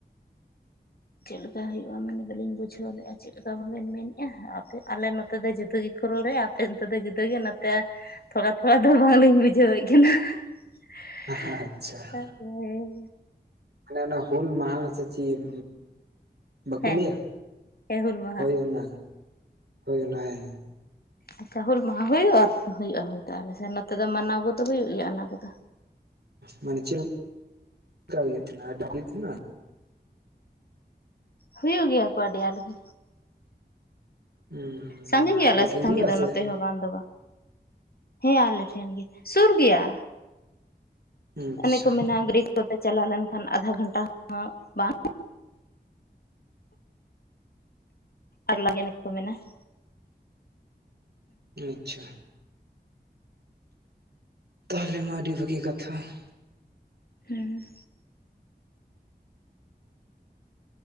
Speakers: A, on the left; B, on the right.
A: ᱪᱮᱫ ᱞᱮᱠᱟ ᱦᱩᱭᱩᱜᱼᱟ ᱢᱟᱱᱮ ᱵᱟᱹᱞᱤᱧ ᱵᱩᱡᱷᱟᱹᱣ ᱞᱮᱜᱼᱟ ᱾ ᱪᱮᱫ ᱞᱮᱠᱟ ᱵᱮᱱ ᱢᱮᱱᱮᱜᱼᱟ, ᱟᱯᱮ ᱟᱞᱮ ᱱᱚᱛᱮ ᱫᱚ ᱡᱩᱫᱟᱹ ᱜᱮ ᱠᱚ ᱨᱚᱲᱮᱫ ᱟᱯᱮ ᱱᱚᱛᱮ ᱫᱚ ᱡᱩᱫᱟᱹᱜᱮ ᱱᱟᱛᱮ ᱛᱷᱚᱲᱟ ᱛᱷᱚᱲᱟ ᱫᱚ ᱵᱟᱝᱞᱤᱧ ᱵᱩᱡᱷᱟᱹᱣᱮᱫ ᱠᱟᱱᱟ ᱾
B: ᱟᱪᱪᱷᱟ
A: ᱦᱮᱸ
B: ᱢᱟᱱᱮ ᱚᱱᱟ ᱦᱩᱞ ᱢᱟᱦᱟ ᱥᱮ ᱪᱮᱫ? ᱵᱟᱠᱚ
A: ᱦᱮᱸ
B: ᱞᱟᱹᱭᱟ
A: ᱦᱮᱸ ᱦᱩᱞ ᱢᱟᱦᱟ
B: ᱦᱳᱭ ᱚᱱᱟ ᱦᱳᱭ ᱚᱱᱟ ᱦᱮᱸ
A: ᱟᱪᱪᱷᱟ ᱦᱩᱞ ᱢᱟᱦᱟ ᱦᱩᱭᱩᱜᱼᱟ ᱦᱩᱭᱩᱜᱼᱟ ᱦᱩᱭ ᱫᱚ ᱟᱞᱮ ᱥᱮᱱ ᱱᱚᱛᱮ ᱫᱚ ᱢᱟᱱᱟᱣ ᱠᱚᱫᱚ ᱦᱩᱭᱩᱜ ᱜᱮᱭᱟ ᱚᱱᱟ ᱠᱚᱫᱚ
B: ᱢᱟᱱᱮ ᱪᱮᱫ ᱠᱟ ᱦᱩᱭᱩᱜ ᱛᱟᱦᱮᱱᱟ, ᱟᱰᱚᱠ ᱮᱫ ᱛᱟᱦᱮᱱᱟ ᱾
A: ᱦᱩᱭᱩᱜ ᱜᱮᱭᱟ ᱠᱚ ᱟᱹᱰᱤ ᱟᱸᱴᱜᱤ
B: ᱦᱩᱸ
A: ᱥᱟᱸᱜᱮ
B: ᱢᱟᱱᱮ
A: ᱜᱮᱭᱟ
B: ᱟᱯᱮ
A: ᱞᱮ
B: ᱴᱷᱮᱡ
A: ᱥᱟᱸᱜᱮ
B: ᱜᱮ
A: ᱫᱚ
B: ᱥᱮ
A: ᱱᱚᱛᱮ ᱦᱚᱸ ᱵᱟᱝ ᱫᱚ ᱵᱟᱝ, ᱦᱮᱸ ᱟᱞᱮ ᱴᱷᱮᱱ ᱜᱮ ᱥᱩᱨ ᱜᱮᱭᱟ᱾
B: ᱟᱪᱪᱷᱟ
A: ᱚᱱᱮ ᱠᱚ ᱢᱮᱱᱟ ᱜᱨᱤᱠ ᱠᱚᱛᱮ ᱪᱟᱞᱟᱣ ᱞᱮᱱᱠᱷᱟᱱ ᱟᱫᱷᱟ ᱜᱷᱚᱱᱴᱟ ᱦᱚᱸ ᱵᱟᱝ, ᱟᱨ <unintelligible> ᱠᱚ ᱢᱮᱱᱟ ᱾
B: ᱚ ᱟᱪᱪᱷᱟ ᱛᱟᱦᱚᱞᱮ ᱢᱟ ᱟᱰᱤ ᱵᱷᱟᱹᱜᱤ ᱠᱟᱛᱷᱟ ᱾
A: ᱦᱮᱸ